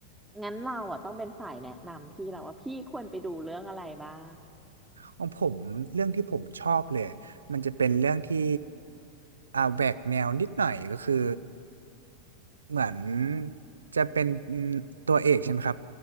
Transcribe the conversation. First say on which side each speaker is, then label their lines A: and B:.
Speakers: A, in the centre; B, on the right.
A: งั้นเราอ่ะต้องเป็นฝ่ายแนะนำพี่แล้วว่าพี่ควรไปดูเรื่องอะไรบ้าง
B: ของผมเรื่องที่ผมชอบเลยมันจะเป็นเรื่องที่อ่าแหวกแนวนิดหน่อยก็คือเหมือนจะเป็นตัวเอกใช่ไหมครับ